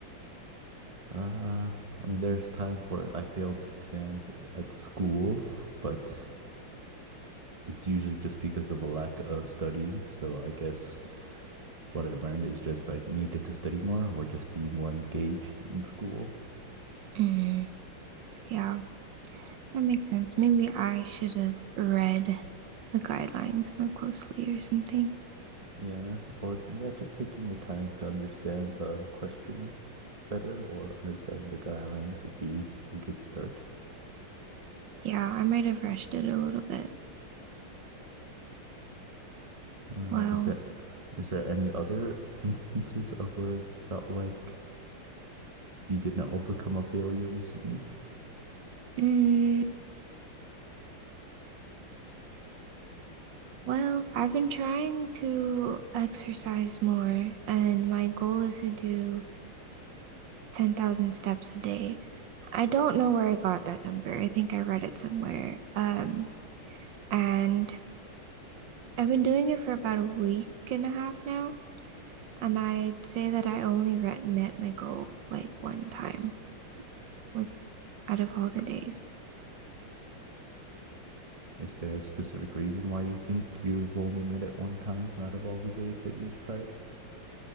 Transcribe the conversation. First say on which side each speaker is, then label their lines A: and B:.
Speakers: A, on the right (about 25°); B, on the right (about 65°).
A: Uh, I mean, there's times where I failed exams at school, but it's usually just because of a lack of studying. So I guess what I learned is just I needed to study more or just be more engaged in school.
B: Mm, yeah, that makes sense. Maybe I should have read the guidelines more closely or something.
A: Yeah, or yeah, just taking your time to understand the question better or understand the guidelines would be a good start.
B: Yeah, I might have rushed it a little bit.
A: Uh,
B: Well,
A: is there is there any other instances of where you felt like you didn't overcome a failure recently?
B: mm, well, I've been trying to exercise more, and my goal is to do 10,000 steps a day. I don't know where I got that number. I think I read it somewhere. Um, and I've been doing it for about a week and a half now, and I'd say that I only re met my goal like one time, like out of all the days.
A: Is there a specific reason why you think you've only met it one time out of all the days that you've tried?